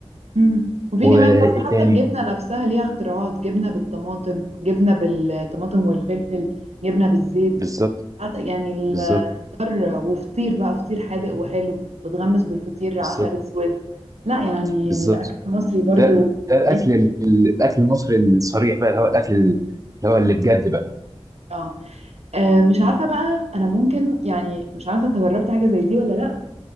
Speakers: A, on the right (about 80°); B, on the right (about 30°).
A: مم. وفي
B: وايه
A: كمان برضو حتى
B: تاني
A: الجبنة نفسها ليها اختراعات جبنة بالطماطم جبنة بالطماطم والفلفل جبنة بالزيت
B: بالظبط
A: حتى يعني
B: بالظبط
A: فطار وفطير بقى فطير حادق وحلو وتغمس بالفطير
B: بالظبط
A: عسل اسود لا يعني
B: بالظبط
A: الاكل المصري برضو
B: ده ده الاكل
A: ليه
B: ال- الاكل المصري الصريح بقى اللي هو الاكل اللي هو اللي بجد بقى
A: اه آه، مش عارفه بقى انا ممكن يعني مش عارفه انت جربت حاجه زي دي ولا لا